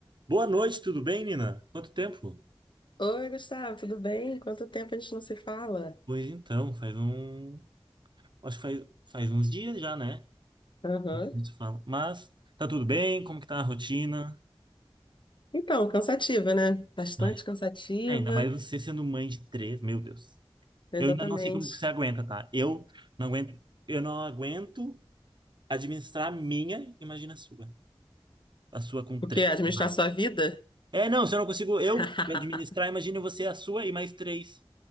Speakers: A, on the right (about 55°); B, on the left (about 55°).
A: Boa noite, tudo bem, Nina? Quanto tempo?
B: Oi, Gustavo, tudo bem? Quanto tempo a gente não se fala?
A: Pois então, faz um. Acho que faz, faz uns dias já, né?
B: Aham.
A: A gente Não se fala. Mas tá tudo bem? Como que tá a rotina?
B: Então, cansativa, né? Bastante
A: Ai,
B: cansativa,
A: ainda mais você sendo mãe de três, meu Deus.
B: exatamente.
A: Eu ainda não sei como que você aguenta, tá? Eu não aguento, eu não aguento administrar a minha, imagina a sua. A sua com
B: O
A: três.
B: quê? Administrar
A: Ai.
B: sua vida?
A: É, não, se eu não consigo eu
B: <laughs>
A: me administrar, imagina você a sua e mais três.